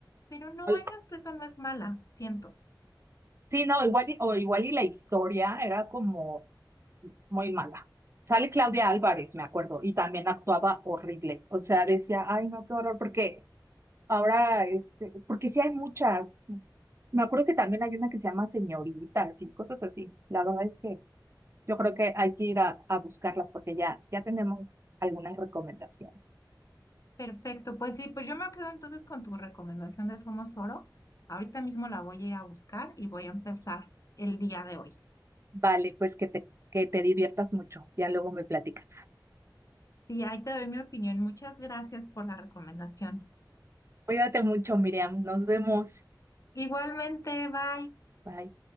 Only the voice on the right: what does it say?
al-
sí, no, igual y, o igual y la historia era como muy mala. Sale Claudia Álvarez, me acuerdo, y también actuaba horrible. O sea, decía, ay, no, qué horror, porque ahora, este, porque sí hay muchas. Me acuerdo que también hay una que se llama Señoritas y cosas así. La verdad es que yo creo que hay que ir a, a buscarlas porque ya, ya tenemos algunas recomendaciones.
Vale, pues que te, que te diviertas mucho. Ya luego me platicas.
Cuídate mucho, Miriam. Nos vemos.
Bye.